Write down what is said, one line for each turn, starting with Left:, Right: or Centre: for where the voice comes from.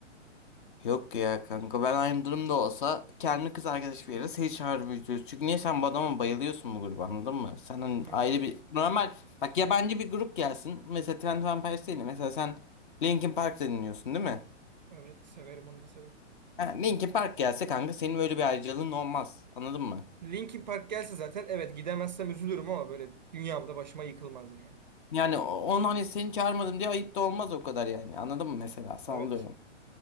Left: Yok ya kanka ben aynı durumda olsa kendi kız arkadaş bir yere seni çağırıp üzülürüz. Çünkü niye sen bu adama bayılıyorsun bu gruba anladın mı? Sen hani
Right: Evet.
Left: ayrı bir normal bak yabancı bir grup gelsin. Mesela Twenty One Pilots değil de mesela sen Linkin Park dinliyorsun değil mi?
Right: Evet severim onu da severim.
Left: Ha, Linkin Park gelse kanka senin böyle bir ayrıcalığın olmaz anladın mı?
Right: Linkin Park gelse zaten evet gidemezsem üzülürüm ama böyle dünyamda başıma yıkılmaz yani.
Left: Yani o- onu hani seni çağırmadım diye ayıp da olmaz o kadar yani anladın mı mesela sallıyorum.
Right: Evet.